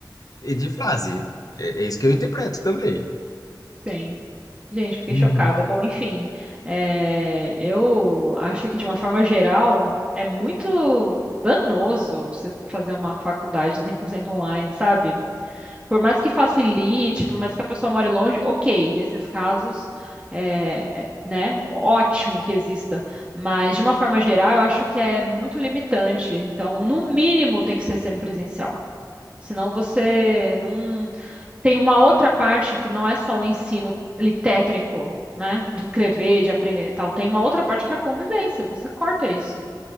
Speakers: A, on the left; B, on the right.
A: E de frase. É, é isso que eu interpreto também.
B: Sim. Gente, fiquei
A: Hum.
B: chocada. Bom, enfim, é, eu acho que de uma forma geral é muito danoso você fazer uma faculdade 100% online, sabe? Por mais que facilite, por mais que a pessoa more longe, ok, nesses casos, é, né, ótimo que exista. Mas, de uma forma geral, eu acho que é muito limitante. Então, no mínimo, tem que ser semipresencial. Senão você não. Tem uma outra parte que não é só o ensino ali técnico, né, de escrever, de aprender e tal. Tem uma outra parte que é a convivência. Você corta isso.